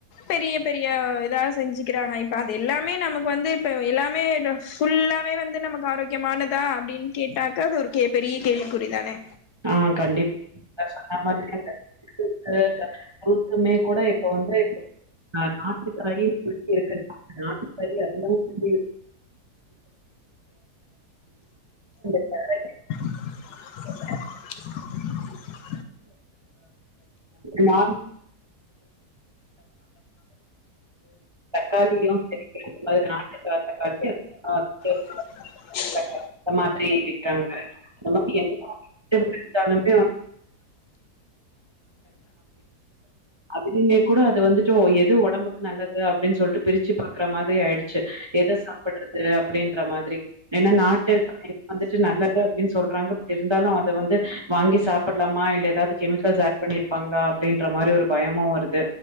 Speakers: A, on the left (about 75°); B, on the right (about 20°).
A: பெரிய பெரிய இதா செஞ்சிக்கிறாங்க இப்ப அது எல்லாமே நமக்கு வந்து இப்ப எல்லாமே ஃபுல்லாவே வந்து நமக்கு ஆரோக்கியமானதா அப்டினு கேட்டாக அது ஒரு பெரிய கேள்விக்குறி தானே
B: ஆ கண்டிப்பா சொன்ன மாதிரியே <inaudible> இப்பமே கூட இப்ப வந்து அ நாட்டுக்காயி சுத்தி இருக்கு நாட்டுக்காய் அவ்வளோவு சுத்தி <inaudible>
A: <unintelligible>
B: <inaudible> நான் தக்காளியு கெடைக்கு இது மாதிரி நாட்டு தக்காளி அது
A: <inaudible>
B: அந்ல மாதிரி விக்கறாங்க <inaudible> ஏர்கனவே அதுலியுமே அது வந்துட்டு எது ஒடம்புக்கு நல்லது அப்டின் சொல்ட்டு பிருச்சு பாக்குற மாதிரி ஆயிடுச்சு எத சாப்புடுறது அப்டின்ற மாதிரி ஏன்னா நாட்டுக்காய வந்துட்டு நல்லது அப்டின் சொல்றாங்க பட் இருந்தாலு அத வந்து வாங்கி சாப்டலாமா இல்ல ஏதாவது கெமிக்கல்ஸ் ஏட் பண்ணிருப்பாங்களா அப்டின்ற மாரி ஒரு பயமு வருது